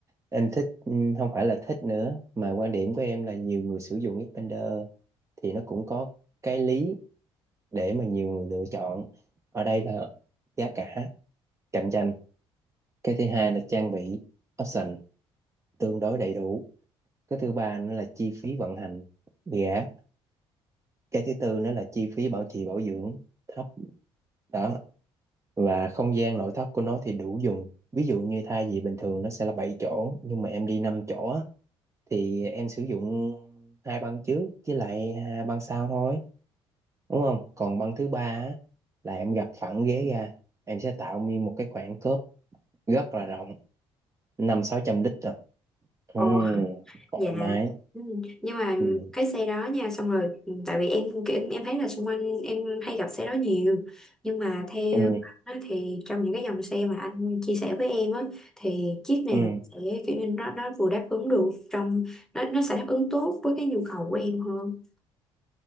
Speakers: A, on the right (about 25°); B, in the centre.
A: em thích ừ, không phải là thích nữa mà quan điểm của em là nhiều người sử dụng Xpander thì nó cũng có cái lý để mà nhiều người lựa chọn ở đây là giá cả cạnh tranh cái thứ hai là trang bị option tương đối đầy đủ cái thứ ba nữa là chi phí vận hành gã cái thứ tư nữa là chi phí bảo trì bảo dưỡng thấp đó và không gian nội thất của nó thì đủ dùng ví dụ như thay vì bình thường nó sẽ là 7 chỗ nhưng mà em đi 5 chỗ á, thì em sử dụng hai băng trước với lại hai băng sau thôi đúng không còn băng thứ ba á, là em gập phẳng ghế ra em sẽ tạo như một cái khoảng khớp rất là rộng năm sáu trăm lít rồi ừ,
B: Ừ.
A: thoải
B: dạ
A: mái
B: ừ. nhưng mà
A: ừ,
B: cái xe đó nha xong rồi ừ, tại vì em em em thấy là xung quanh em hay gặp xe đó nhiều nhưng mà theo
A: ừ,
B: anh á, thì trong những cái dòng xe mà anh chia sẻ với em á thì chiếc nào
A: ừ.
B: sẽ kiểu như nó nó vừa đáp ứng được trong nó nó sẽ đáp ứng tốt với cái nhu cầu của em hơn